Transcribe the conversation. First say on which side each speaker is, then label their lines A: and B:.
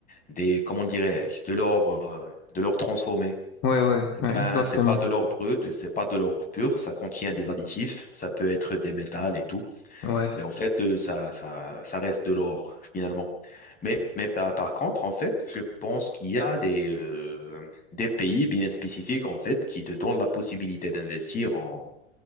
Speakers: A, on the left; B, on the left.
A: des, comment dirais-je, de l'or, euh, de l'or transformé.
B: ouais, ouais,
A: Eh
B: ouais,
A: Ben,
B: exactement.
A: c'est pas de l'or brut, et c'est pas de l'or pur, ça contient des additifs, ça peut être des métals et tout,
B: Ouais,
A: mais en fait, euh, ça, ça, ça reste de l'or finalement. Mais, mais par, par contre, en fait, je pense qu'il y a des, euh, des pays bien spécifiques en fait qui te donnent la possibilité d'investir en,